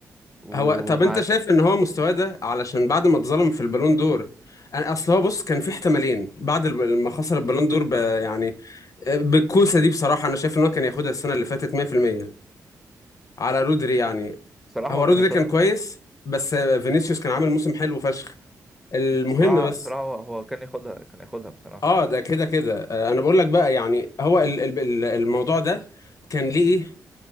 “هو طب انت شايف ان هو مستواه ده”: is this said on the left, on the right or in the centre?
Left